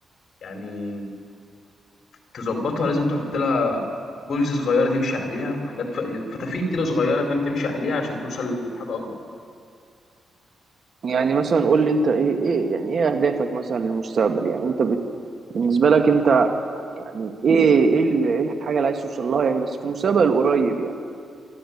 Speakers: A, on the left; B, on the right.
A: يعني تضبّطها لازم تحُط لها جولز صغيرة تمشي عليها حاجات ف- فتافيت كده صغيرة فاهم تمشي عليها عشان توصل لحاجة أكبر
B: يعني مثلا قول لي انت ايه ايه يعني ايه اهدافك مثلا للمستقبل يعني انت بت... بالنسبة لك انت يعني ايه ايه ال- إيه الحاجة اللي عايز توصل لها يعني بس في المستقبل القريب يعني